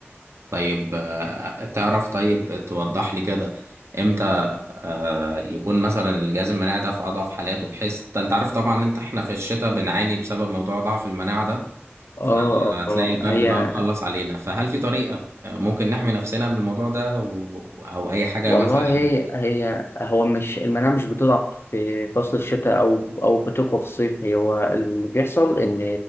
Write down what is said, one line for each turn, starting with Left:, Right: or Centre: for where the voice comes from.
Right: طيب آه، تعرف طيب توضح لي كده امتى آه، يكون مثلا الجهاز المناعي ده في اضعف حالاته بحيث انت عارف طبعا ان انت احنا في الشتاء بنعاني بسبب موضوع ضعف المناعة ده
Left: اه
Right: فتلاقي
Left: اه
Right: البرد
Left: هي
Right: بقى مخلص علينا فهل في طريقة آه، ممكن نحمي نفسنا من الموضوع ده و... او اي حاجة
Left: والله
Right: مثلا
Left: هي هي هو مش المناعة مش بتضعف في فصل الشتاء أو أو بتقوى في الصيف هي هو اللي بيحصل إن